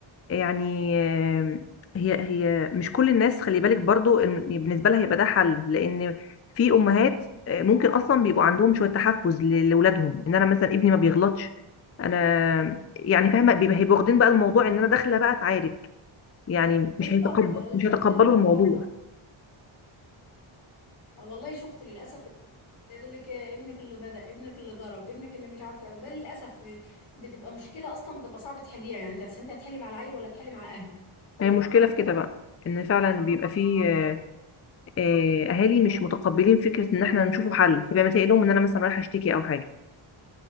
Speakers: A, on the left; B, on the left.
A: يعني آه، هي هي مش كل الناس خلي بالك برضو إن بالنسبه لها هيبقى ده حل لان في امهات آه، ممكن اصلا بيبقوا عندهم شويه تحفظ ل- لاولادهم ان انا مثلا ابني ما بيغلطش انا يعني فاهمه بيبقى هيبقوا واخدين بقى الموضوع ان انا داخله بقى اتعارك يعني
B: بالظبط
A: مش هيتقبل مش
B: شفت
A: هيتقبلوا
B: الموضوع
A: الموضوع
B: ده آه والله شفت للأسف اللي يقول لك إيه، ابنك اللي بدأ ابنك اللي ضرب ابنك اللي مش عارفة ايه وده للأسف بتبقى مشكلة أصلا بتبقى صعب تحليها يعني انت هت- انت هتحلي مع العيل ولا هتحلي مع أهله
A: هي مشكلة في كده بقى ان فعلا بيبقى فيه آه، آه، اهالي مش متقبلين فكرة ان احنا نشوفوا حل يبقى متقلهم لهم ان انا مثلا رايحة اشتكي او حاجة